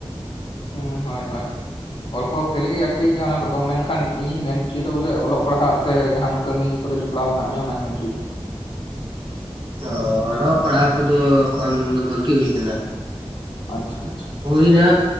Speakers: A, on the left; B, on the right.
A: ᱦᱩᱸ ᱦᱳᱭ ᱦᱳᱭ ᱵᱞ ᱠᱚᱦᱚᱸ ᱠᱷᱮᱞ ᱜᱮᱭᱟ ᱴᱷᱤᱠ ᱜᱮᱭᱟ ᱚᱱᱟ ᱠᱚᱫᱚ ᱢᱮᱱᱠᱷᱟᱱ ᱤᱧᱤᱧ ᱢᱮᱱ ᱦᱚᱪᱚᱭᱮᱫᱟ ᱵᱚᱞᱮ ᱚᱞᱚᱜ ᱯᱟᱲᱦᱟᱜ ᱥᱮ ᱡᱟᱦᱟᱱ ᱠᱟᱹᱢᱤ ᱠᱚᱨᱮ ᱡᱩᱠᱛ ᱡᱚᱯᱲᱟᱣ ᱢᱮᱱᱟᱜ ᱢᱮᱭᱟ ᱚᱱᱟᱧ ᱢᱮᱱᱪᱚᱭᱮᱫᱟ
B: ᱚᱻ ᱚᱞᱚᱜ ᱯᱟᱲᱦᱟᱜ ᱠᱚᱫᱚ ᱠᱷᱚᱱ ᱵᱟᱹᱜᱤ ᱦᱩᱭ ᱟᱠᱟᱱᱟ᱾
A: ᱟᱪᱪᱷᱟ ᱟᱪᱪᱷᱟ
B: ᱦᱩᱭ ᱮᱱᱟ